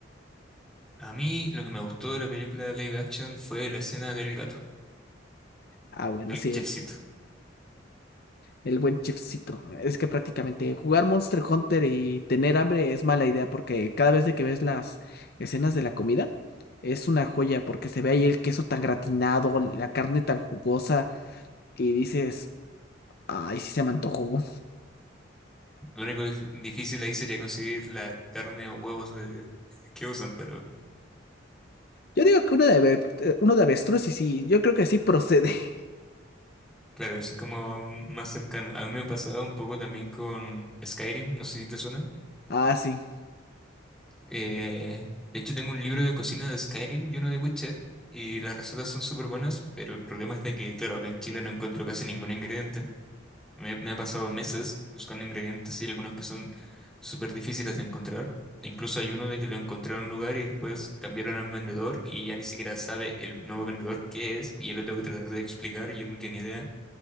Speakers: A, in the centre; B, on the left.
A: A mí lo que me gustó de la película live action fue la escena del gato,
B: Ah, bueno,
A: del
B: sí,
A: chefcito.
B: El buen chefcito. Es que prácticamente jugar Monster Hunter y tener hambre es mala idea porque cada vez de que ves las escenas de la comida es una joya porque se ve ahí el queso tan gratinado, la carne tan jugosa y dices, ay, sí se me antojó.
A: Lo único dif- difícil ahí sería conseguir la carne o huevos de- que usan, pero
B: Yo digo que uno de, ave- eh, uno de avestruz y sí, yo creo que sí procede. <laughs>
A: claro, eso es como aún más cercano. A mí me ha pasado un poco también con Skyrim, no sé si te suena.
B: Ah, sí.
A: Eh, de hecho, tengo un libro de cocina de Skyrim y uno de Witcher, y las recetas son súper buenas, pero el problema es de que, claro, acá en Chile no encuentro casi ningún ingrediente. Me, me he pasado meses buscando ingredientes y algunos que son súper difíciles de encontrar. Incluso hay uno de que lo encontré en un lugar y después cambiaron al vendedor y ya ni siquiera sabe el nuevo vendedor qué es y yo lo tengo que tratar de explicar y él no tiene idea.